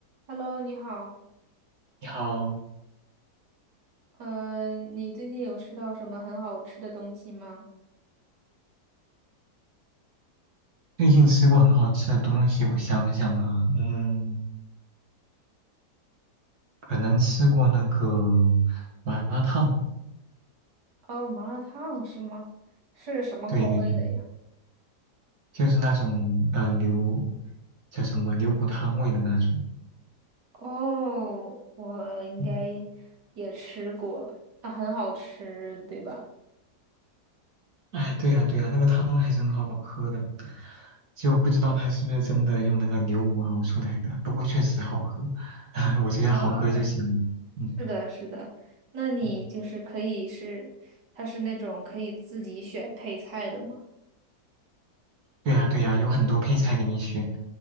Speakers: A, on the right; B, on the right.
A: Hello，你好，
B: 你好，
A: 呃，你最近有吃到什么很好吃的东西吗？
B: 最近吃过很好吃的东西，我想想啊，嗯，可能吃过那个麻辣烫，
A: 哦，麻辣烫是吗？是什么口味的呀？
B: 对对对，就是那种嗯、呃牛叫什么牛骨汤味的那种。
A: 哦，我应该也吃过，
B: 嗯
A: 啊，很好吃，对吧？
B: 哎，对呀、对呀、那个汤还是很好喝的，就不知道它是不是真的用那个牛骨熬出来的，不过确实好喝，<laughs> 我觉得好喝就行了。
A: 啊，
B: 嗯
A: 是的，是的。那你就是可以是，
B: 嗯
A: 它是那种可以自己选配菜的吗？
B: 对呀，对呀，有很多配菜给你选。